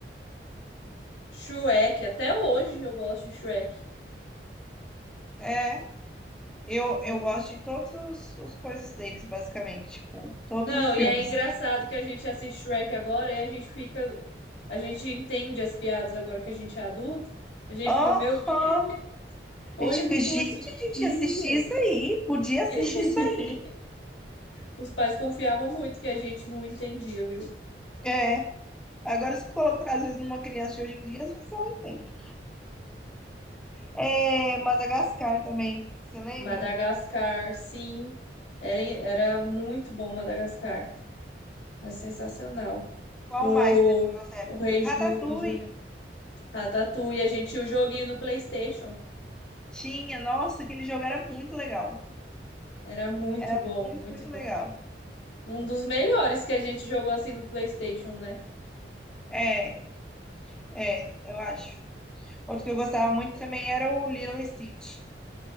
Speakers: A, on the left (about 85°); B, in the centre.
A: Shrek, até hoje eu gosto de Shrek.
B: É. Eu,
A: Então,
B: eu gosto de todas os, as coisas deles, basicamente. Tipo, todos
A: não,
B: os filmes.
A: e é engraçado que a gente assiste Shrek agora e a gente fica, a gente entende as piadas agora que a gente é adulto. A gente
B: Aham!
A: fica, meu Deus.
B: A
A: Olha
B: gente
A: o
B: fica,
A: que que
B: gente,
A: eu assistia.
B: a gente ia assistir isso aí. Podia assistir
A: <laughs>
B: isso aí.
A: Os pais confiavam muito que a gente não entendia, viu?
B: É. Agora, se colocar, às vezes, numa criança de hoje em dia, às vezes ela entende. É, Madagascar também. Você lembra?
A: Madagascar, sim. Era, era muito bom Madagascar. Era sensacional.
B: Qual
A: O,
B: mais teve na nossa época?
A: o Rei Ju,
B: Ratatouille.
A: o Julian. Ratatouille. A gente tinha o joguinho no PlayStation.
B: Tinha. Nossa, aquele jogo era muito legal.
A: Era muito
B: Era
A: bom, muito
B: muito, muito
A: bom.
B: legal.
A: Um dos melhores que a gente jogou assim no PlayStation, né?
B: É, é, eu acho. Outro que eu gostava muito também era o Lilo e Stitch.